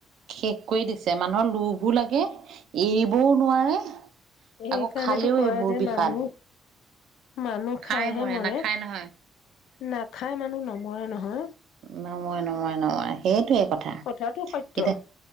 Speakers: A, on the right; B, on the left.
A: শেষ কৰি দিছে । মানুহৰ লোভো লাগে, এৰিবোৰও নোৱাৰে,
B: সেইকাৰণেতো
A: আকৌ খালেও
B: কয়ে
A: এইবোৰ
B: যে
A: বিষাদ
B: মানুহ মানুহ
A: খাই
B: খাইহে মৰে
A: নাখায়
B: ।
A: নহয়
B: নাখাই মানুহ নমৰে ন হা?
A: নময়- নময় - নময়। হেত সেইটোৱে কথা ।
B: কথাটো সত্য
A: এতিয়া